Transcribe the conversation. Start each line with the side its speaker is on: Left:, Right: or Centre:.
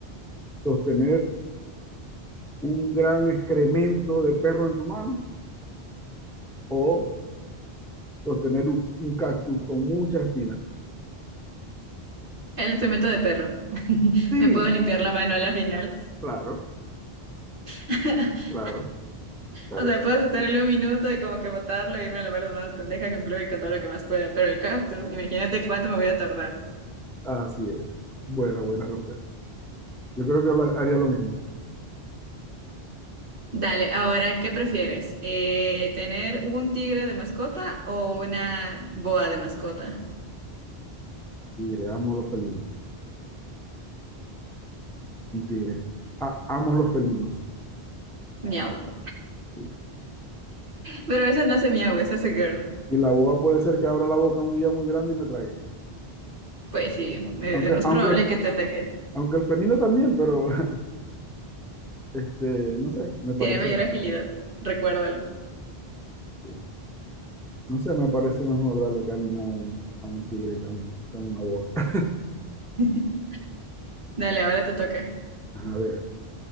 Centre: sostener un gran excremento de perro en tu mano o sostener un, un cactus con muchas espinas.
Right: El excremento de perro.
Centre: Sí,
Right: Me puedo limpiar la mano a la final.
Centre: claro,
Right: <laughs>
Centre: claro, claro,
Right: O sea,
Centre: claro.
Right: puedo sostenerlo un minuto y como que botarlo y irme a lavar las manos con deja, con cloro y con todo lo que más pueda. Pero el cactus, imagínate cuánto me voy a tardar.
Centre: Así es. Buena, buena respuesta. Yo creo que lo- haría lo mismo.
Right: Dale, ahora, ¿qué prefieres? Eh, ¿tener un tigre de mascota o una boa de mascota?
Centre: Tigre, amo los felinos. Un tigre. A- amo los felinos.
Right: Miau.
Centre: Sí.
Right: Pero esa no hace miau, esa hace girl.
Centre: Y la boa puede ser que abra la boca un día muy grande y me trague.
Right: Pues sí, eh,
Centre: Aunque,
Right: es más
Centre: aunque,
Right: probable que te ataque.
Centre: aunque el felino también, pero <laughs> este, no sé, me parece.
Right: Tiene mayor agilidad, recuérdalo.
Centre: Sí. No sé, me parece mejor darle cariño a un, a un tigre que a, un- que a una boa. <laughs>
Right: <laughs> Dale, ahora te toca.
Centre: A ver,